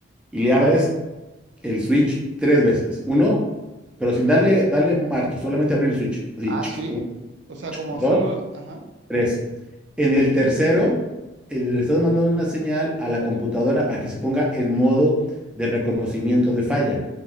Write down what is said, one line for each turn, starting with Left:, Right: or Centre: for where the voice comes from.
Centre: y le abres el switch tres veces. Uno, pero sin darle, darle marcha, solamente abrir el switch. Así,
Right: Ah,
Centre: chic,
Right: sí.
Centre: un,
Right: O sea, como
Centre: dos,
Right: solo... Ajá,
Centre: tres. En el tercero, eh, le estás mandando una señal a la computadora para que se ponga en modo de reconocimiento de falla.